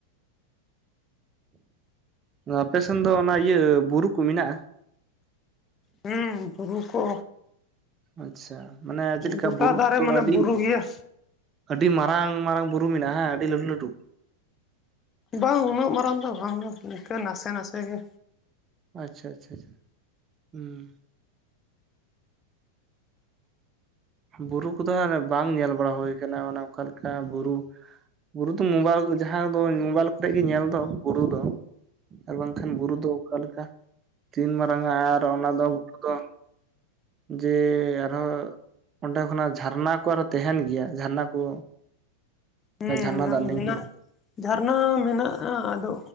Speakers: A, on the right; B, on the left.
A: ᱟᱯᱮ ᱥᱮᱱ ᱫᱚ ᱚᱱᱟ ᱤᱭᱟᱹ ᱵᱩᱨᱩ ᱠᱚ ᱢᱮᱱᱟᱜᱼᱟ
B: ᱦᱮᱸ ᱵᱩᱨᱩ ᱠᱚ
A: ᱟᱪᱪᱷᱟ ᱢᱟᱱᱮ ᱪᱮᱫ ᱞᱮᱠᱟ
B: ᱜᱚᱴᱟ
A: ᱵᱩᱨᱩ
B: ᱫᱷᱟᱨᱮ
A: ᱠᱚᱫᱚ
B: ᱢᱟᱱᱮ
A: ᱟᱹᱰᱤ
B: ᱵᱩᱨᱩ ᱜᱮᱭᱟ
A: ᱟᱹᱰᱤ ᱢᱟᱨᱟᱝ ᱢᱟᱨᱟᱝ ᱵᱩᱨᱩ ᱢᱮᱱᱟᱜᱼᱟ ᱦᱮᱸ ᱟᱹᱰᱤ ᱞᱟᱹᱴᱩ ᱞᱟᱹᱴᱩ
B: ᱵᱟᱝ ᱩᱱᱟᱹᱜ ᱢᱟᱨᱟᱝ ᱫᱚ ᱵᱟᱝ ᱤᱱᱠᱟᱹ ᱱᱟᱥᱮ ᱱᱟᱥᱮ ᱜᱮ
A: ᱟᱪᱪᱷᱟ ᱟᱪᱪᱷᱟ ᱟᱪᱷᱟ ᱦᱩᱸ ᱵᱩᱨᱩ ᱠᱚᱫᱚ ᱦᱟᱜ ᱵᱟᱝ ᱧᱮᱞ ᱵᱟᱲᱟ ᱦᱩᱭ ᱠᱟᱱᱟ ᱚᱱᱮ ᱚᱠᱟ ᱞᱮᱠᱟ ᱵᱩᱨᱩ ᱵᱩᱨᱩ ᱫᱚ ᱢᱳᱵᱟᱭᱤᱞ ᱡᱟᱦᱟᱸ ᱫᱚ ᱢᱳᱵᱟᱭᱤᱞ ᱠᱚᱨᱮ ᱜᱮ ᱧᱮᱞ ᱫᱚ ᱵᱩᱨᱩ ᱫᱚ ᱟᱨ ᱵᱟᱝᱠᱷᱟᱱ ᱵᱩᱨᱩ ᱫᱚ ᱚᱠᱟᱞᱮᱠᱟ ᱛᱤᱱ ᱢᱟᱨᱟᱝ ᱟ ᱟᱨ ᱚᱱᱟ ᱫᱚ ᱵᱩᱨᱩ ᱫᱚ ᱡᱮ ᱟᱨᱦᱚᱸ ᱚᱸᱰᱮ ᱠᱷᱚᱱᱟᱜ ᱡᱷᱟᱨᱱᱟ ᱠᱚ ᱟᱨᱦᱚᱸ ᱛᱟᱦᱮᱱ ᱜᱮᱭᱟ ᱡᱷᱟᱨᱱᱟ ᱠᱚ
B: ᱦᱮᱸ
A: ᱡᱷᱟᱨᱱᱟ ᱫᱟᱜ ᱞᱤᱸᱜᱤᱱᱟ
B: ᱢᱮᱱᱟᱜᱼᱟ ᱡᱷᱟᱨᱱᱟ ᱢᱮᱱᱟᱜᱼᱟ ᱟᱫᱚ